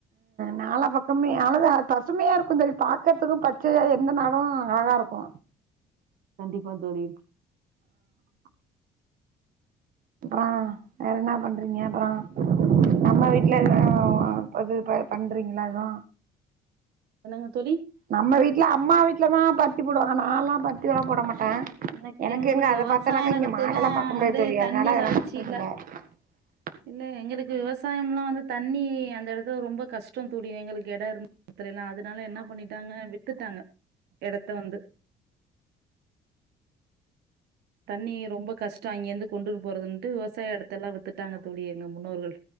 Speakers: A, on the right; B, on the right.
A: நாலா பகமே அளத பசுமையாயிருக்கு தோழி பாக்குறதுக்கு பச்சைய எந்த நாளு அழகாருக்கு
B: கண்டிபா தோழி <inaudible>
A: அ வேறன்ன பண்றிங்க அப்றோ நம்ம வீட்டுல எஏ பது பண்றிங்களா எது
B: என்னங்க தோழி
A: நம்ம வீட்டுல அம்மா வீட்டுலதா பச்சி போடுவாங்க நான்லா பாத் இதுலா போடமாட் அ
B: எனக்
A: எனக்கு
B: எங்களுக்கு
A: எங்க அத
B: விவசாய
A: பாத்னாகா
B: நிலத்தெல்லா
A: இங்க மாடெலாபாக்க முடியாது
B: வந்து
A: தோழி
B: தண்ணி
A: அதனால அதெலா
B: வறட்சி
A: பாக்குறதில
B: இல்ல இல்ல எங்களுக்கு விவசாயமல்லா வந்து தண்ணி அந்த எடத்துல ரொம்ப கஷ்டோ தோழி எங்களுகு எடம் இருந்த இத்துலா அதனால என்ன பணிட்டாங்க வித்துடாங்க எடத்த வந்து தண்ணி ரொம்ப கஷ்டோ அங்கிருந்து கொண்டு போறட்டு விவசாய எடத்தயில்லா வித்துட் ட்டாங்க தோழி எங்க முன்னோர்கள்